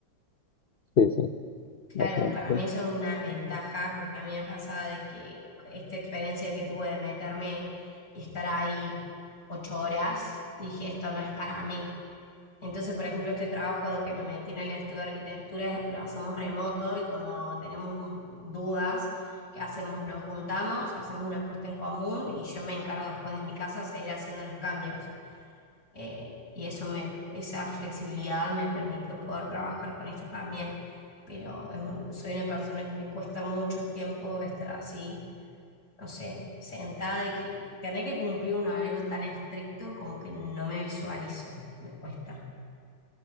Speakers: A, on the left; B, on the left.
A: sí, sí,
B: Claro,
A: básicamente.
B: para mí eso es una ventaja porque a mí me pasa de que esta experiencia que tuve de meterme y estar ahí ocho horas, dije, esto no es para mí. Entonces, por ejemplo, este trabajo que me metí en el estudio de arquitectura lo hacemos remoto y cuando tenemos dudas, ¿qué hacemos? Nos juntamos, hacemos una puesta en común y yo me encargo después de mi casa seguir haciendo los cambios eh, y eso me, esa flexibilidad me permitió poder trabajar con esto también. Pero es un- soy una persona que me cuesta mucho tiempo estar así, no sé, sentada y que tener que cumplir un horario tan estricto como que no me visualizo, me cuesta.